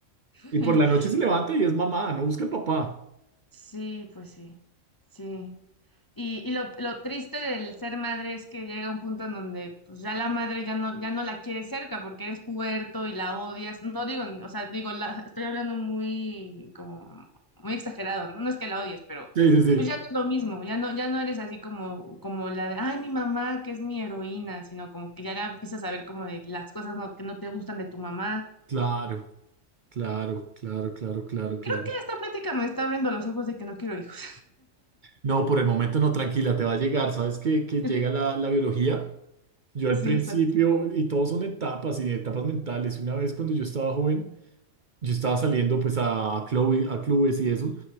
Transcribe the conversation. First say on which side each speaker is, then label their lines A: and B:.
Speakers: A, on the left; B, on the right.
A: <laughs>
B: y por la noche se levanta y es mamá, no busca el papá.
A: Sí, pues sí, sí. Y, y lo, lo triste del ser madre es que llega un punto en donde pues, ya la madre ya no, ya no la quiere cerca porque eres puberto y la odias. No digo, o sea, digo, la, estoy hablando muy, como, muy exagerado, ¿no? No es que la odies, pero
B: Sí, sí, sí,
A: pues ya no es lo mismo, ya no, ya no eres así como, como la de, ay, mi mamá, que es mi heroína, sino como que ya la empiezas a ver como de las cosas no- que no te gustan de tu mamá.
B: claro, claro, claro, claro, claro, claro.
A: Creo que esta plática me está abriendo los ojos de que no quiero hijos.
B: No, por el momento no, tranquila, te va a llegar. Sabes que, que
A: <laughs>
B: llega la, la biología. Yo al
A: Sí,
B: principio,
A: exacto.
B: y todos son etapas y etapas mentales. Una vez cuando yo estaba joven, yo estaba saliendo pues a, a, club- a clubes y eso,